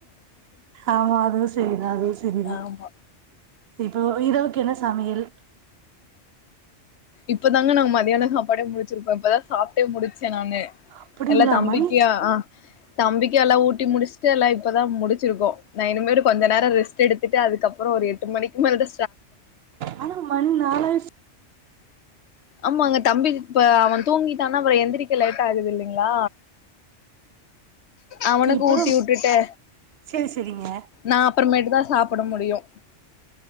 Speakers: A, on the right (about 65°); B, on the left (about 65°).
A: ஆமா அதுவும் சரிதான் அதுவும் சரிதான்
B: ஆமா
A: இப்போ இதோ க்கு என்ன சமயல்
B: இப்பதாங்க நாங்க மதியான சாப்பாடே முடிச்சிருக்கோம் இப்ப தான் சாப்ட்டே முடிச்சேன் நானு
A: அப்படிங்களா
B: எல்லாம் தம்பிக்கியா
A: மணி
B: ஆ தம்பிக்கும் எல்லாம் ஊட்டி முடிஸ்டு எல்லாம் இப்பதான் முடிச்சிருக்கோம் நான் இனிமேட்டு கொஞ்சநேரம் ரெஸ்டு எடுத்துட்டு அதுக்கப்புறம் ஒரு எட்டு மணிக்கு மேலத
A: ஆனா மணி நாள ஆயி
B: ஆமாங்க தம்பி இப்ப அவன் தூங்கிட்டானா அப்புற எந்திரிக்க லேட் ஆகுது இல்லைங்களா அவனுக்கு
A: இப்பதா
B: ஊட்டி விட்டுட்டு
A: செரி செரிங்க
B: நான் அப்புறமேட்டு தான் சாப்ட முடியும் <inaudible>